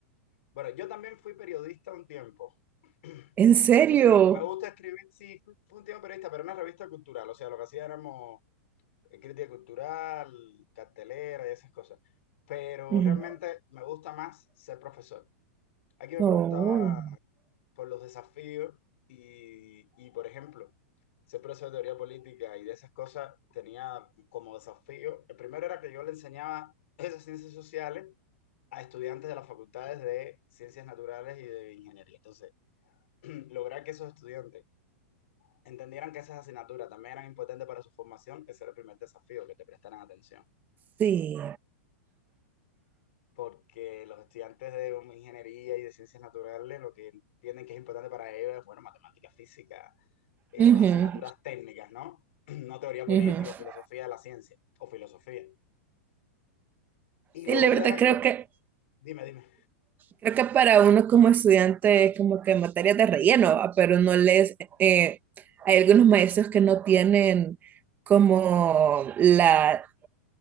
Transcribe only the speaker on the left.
Bueno, yo también fui periodista un tiempo. <clears throat>
Ese me, me gusta escribir, sí, fui, fui un tiempo periodista, pero en una revista cultural, o sea, lo que hacía éramos eh, crítica cultural, cartelera y esas cosas. Pero
realmente me gusta más ser profesor. Aquí me
preguntaba por los desafíos y, y, por ejemplo, ser profesor de teoría política y de esas cosas tenía como desafío, el primero era que yo le enseñaba esas ciencias sociales a estudiantes de las facultades de ciencias naturales y de ingeniería. Entonces, <clears throat> lograr que esos estudiantes entendieran que esas asignaturas también eran importantes para su formación, ese era el primer desafío, que te prestaran atención.
Porque los estudiantes de um, ingeniería y de ciencias naturales lo que entienden que es importante para ellos es, bueno, matemática, física, eh,
sus asignaturas técnicas, ¿no? <clears throat> No teoría política
o filosofía de la ciencia, o filosofía. Y lo
otro
era
que,
dime, dime.